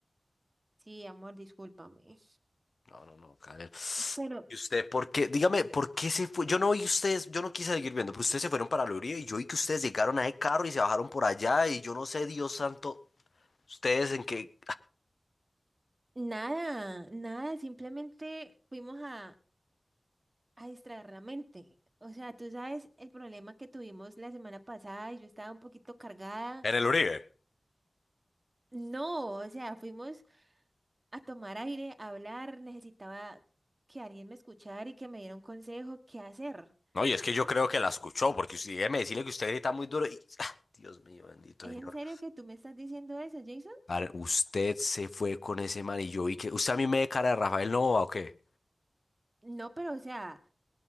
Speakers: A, on the right (about 45°); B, on the left (about 65°).
A: Sí, amor, discúlpame.
B: No, no, no, Karen.
A: Pero
B: ¿Y usted por qué? Dígame, ¿por qué se fue? Yo no vi ustedes, yo no quise seguir viendo, pero ustedes se fueron para el Uribe y yo vi que ustedes llegaron a ese carro y se bajaron por allá y yo no sé, Dios santo, ustedes en qué...
A: Nada, nada, simplemente fuimos a, a distraer la mente. O sea, tú sabes el problema que tuvimos la semana pasada y yo estaba un poquito cargada.
B: En el Uribe.
A: No, o sea, fuimos a tomar aire, a hablar, necesitaba que alguien me escuchara y que me diera un consejo, qué hacer.
B: No, y es
A: ¿Ya?
B: que yo creo que la escuchó, porque usted, déjeme decirle que usted grita muy duro y... ah, Dios mío, bendito
A: ¿Es
B: señor.
A: en serio que tú me estás diciendo eso, Jason?
B: Karen, usted se fue con ese man y yo vi que... ¿Usted a mí me ve cara de Rafael Nova o qué?
A: No, pero o sea,